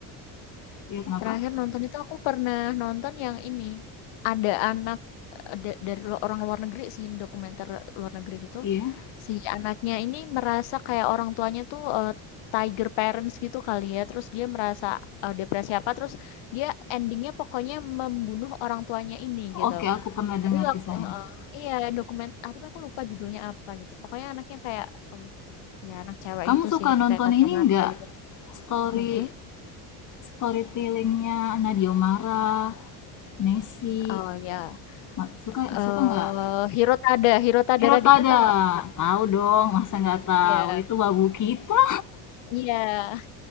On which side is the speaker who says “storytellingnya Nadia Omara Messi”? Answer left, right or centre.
Left